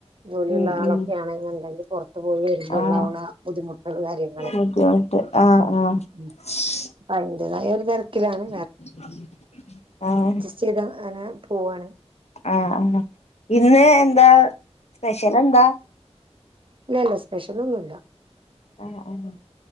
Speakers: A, on the right (about 50°); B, on the left (about 70°).
A: ജോലിയുള്ള
B: ഉം
A: ആളൊക്കെയാണ്ന്ന്ണ്ടെങ്കി
B: ഉം
A: പൊറത്ത് പോയി വരുമ്പോ
B: ആഹ്
A: ഉണ്ടാവ്ണ ബുദ്ധിമുട്ടേളും കാര്യങ്ങള്.
B: ബുദ്ധിമുട്ട് ആഹ്
A: ഉം ഉം
B: ആഹ്
A: അതിന്റേതായ ഒരു തിരക്കിലാണ്
B: ആഹ്
A: ചെയ്താ അങ്ങനെ പോവാണ്
B: ആഹ് ആഹ് ഇന്ന് എന്താ സ്പെഷ്യലെന്താ?
A: ഇല്ലല്ല സ്പെഷ്യലൊന്നുല്ല
B: ആഹ് ആഹ്